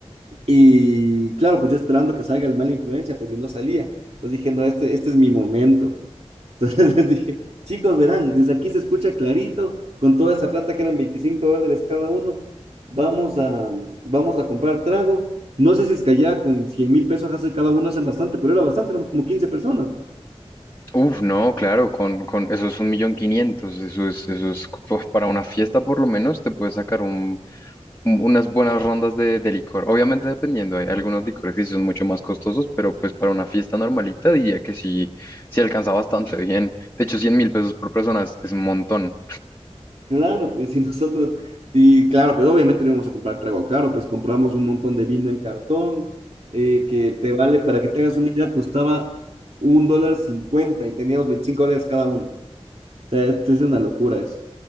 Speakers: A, on the right; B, on the left.
A: Y claro, pues yo esperando que salga el mala influencia, pues si no salía. Entonces dije, no, este, este es mi momento. <laughs> Entonces les dije, chicos, verán, desde aquí se escucha clarito, con toda esa plata que eran 25 dólares cada uno, vamos a, vamos a comprar trago. No sé si es que allá con cien mil pesos hace cada uno hacen bastante, pero era bastante, éramos como 15 personas.
B: Uf, no, claro, con, con eso es un millón quinientos, eso es, eso es pues, para una fiesta por lo menos te puedes sacar un, un- unas buenas rondas de, de licor. Obviamente dependiendo, hay algunos licores que sí son mucho más costosos, pero pues para una fiesta normalita diría que sí, sí alcanza bastante bien. De hecho, cien mil pesos por persona es, es un montón.
A: Claro, pues y nosotros, y claro, pues obviamente no íbamos a comprar trago caro, pues compramos un montón de vino en cartón, eh, que te vale, para que tengas una idea, costaba un dólar cincuenta y teníamos 25 dólares cada uno. O sea, esto es una locura eso.